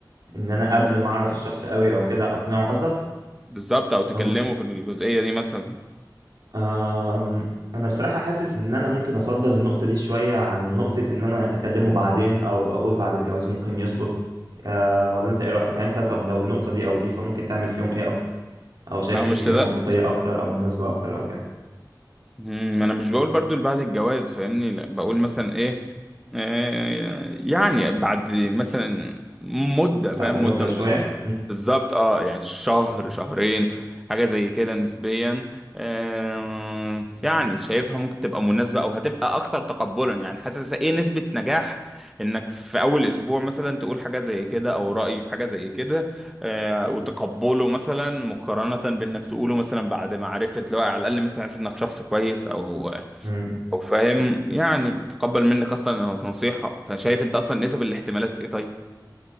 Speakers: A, on the right (about 60°); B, in the centre.
A: ان انا قبل ما اعرف الشخص قوي او كده اقنعه قصدك
B: بالظبط او تكلموا
A: لو-
B: في الجزئية دي مثلا
A: آم، انا بصراحة حاسس ان انا ممكن افضل النقطة دي شوية عن نقطة ان انا اكلمه بعدين او اقول بعد الجواز ممكن يظبط آه، ولا انت ايه رأيك يعني انت طب لو النقطة دي او دي فممكن تعمل فيهم ايه اكتر او شايف
B: اه
A: مين
B: مش
A: فيهم
B: لده
A: منطقية اكتر او مناسبة اكتر او كده
B: مم، ما انا مش بقول برضو اللي بعد الجواز فاهمني لا بقول مثلا ايه آه، يعني بعد مثلا مدة
A: بعد
B: فاهم
A: مدة
B: مدة
A: شوية
B: من ال... بالظبط اه يعني شهر شهرين حاجة زي كده نسبيا آه يعني شايفها ممكن تبقى مناسبة او هتبقى اكثر تقبلا يعني حاسس ايه نسبة نجاح انك في اول اسبوع مثلا تقول حاجة زي كده او رأي في حاجة زي كده آه، وتقبله مثلا مقارنة بإنك تقوله مثلا بعد ما عرفت لو على الأقل مثلا عرفت إنك شخص كويس أو
A: م-م.
B: أو فاهم يعني تقبل منك أصلا إنه نصيحة فشايف أنت أصلا نسب الاحتمالات إيه طيب؟